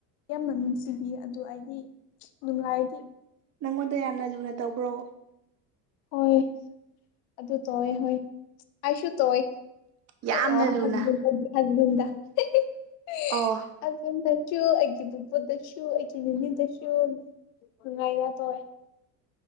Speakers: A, on the left; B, on the right.
A: ꯌꯥꯝꯅ ꯅꯨꯡꯁꯤꯕꯤꯌꯦ ꯑꯗꯨ ꯑꯩꯗꯤ ꯅꯨꯡꯉꯥꯏꯔꯤ
B: ꯅꯪꯉꯣꯟꯗ ꯌꯥꯝꯅ ꯂꯨꯅ ꯇꯧꯕ꯭ꯔꯣ
A: ꯍꯣꯏ ꯑꯗꯨ ꯇꯧꯑꯦ ꯍꯣꯏ ꯑꯩꯁꯨ ꯇꯧꯑꯦ ꯑꯣ
B: ꯌꯥꯝꯅ ꯂꯨꯅ
A: <unintelligible>
B: ꯑꯣ
A: <unintelligible> ꯑꯩꯒꯤ ꯕꯨꯕꯣꯇꯥꯁꯨ ꯑꯩꯒꯤ ꯃꯥꯃꯤꯗꯁꯨ ꯅꯨꯡꯉꯥꯏꯅ ꯇꯧꯋꯦ